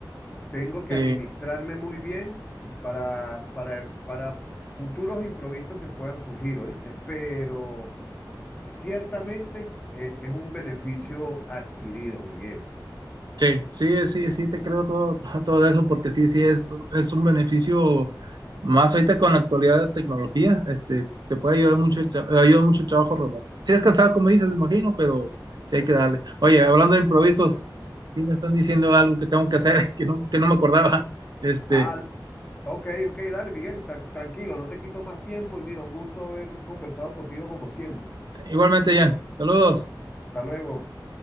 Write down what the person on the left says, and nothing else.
tengo que
administrarme muy bien para, para, para futuros imprevistos que puedan surgir, ¿oíste? Pero... Ciertamente eh, es un beneficio adquirido, Miguel.
Ah, ok, ok, dale, Miguel, ta- tranquilo, no te quito más tiempo y mira, un gusto haber conversado contigo como siempre.
Hasta luego.